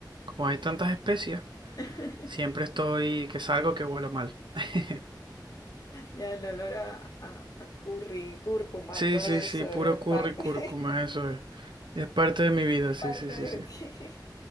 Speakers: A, on the right (about 85°); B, on the left (about 50°).
A: Como hay tantas especias,
B: <laughs>
A: siempre estoy que salgo que huelo mal. <laughs>
B: Ya el olor a, a, a curry, cúrcuma
A: Sí,
B: y todo
A: sí,
B: eso
A: sí, puro
B: es
A: curry
B: parte,
A: y cúrcuma, eso es. Es parte de mi
B: <laughs>
A: vida, sí,
B: parte
A: sí, sí,
B: de
A: sí.
B: ti.